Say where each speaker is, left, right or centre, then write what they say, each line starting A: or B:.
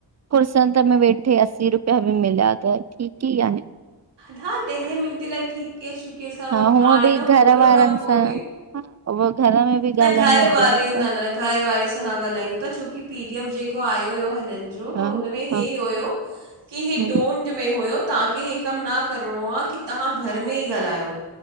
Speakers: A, on the right; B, on the right.
A: कुुर्सनत में वेठे अस्सी रुपया बि मिला त ठीक ई आहे।
B: हा ॾहे मिंटे लाए ठीक ही आ छुकी असां
A: हा
B: वट
A: हूअं
B: हाणे
A: बि
B: त
A: घर
B: होतरो
A: वारनि
B: कम कोने।
A: सां हा घर में बि
B: न
A: ॻाल्हाईंदा
B: घर
A: आहियूं
B: वारे
A: ॿियनि सां
B: न न न घर वारे सां न ॻाल्हायूं था छोकी पी डी एफ जेको आयो हुयो हिनन जो जो
A: हा
B: त हुनमे हे
A: हा
B: ही हुयो की हे
A: हूं
B: डोन ट में हुयो ताहांखे हे कम न करणो आ की ताहां घर में ई ॻाल्हायो।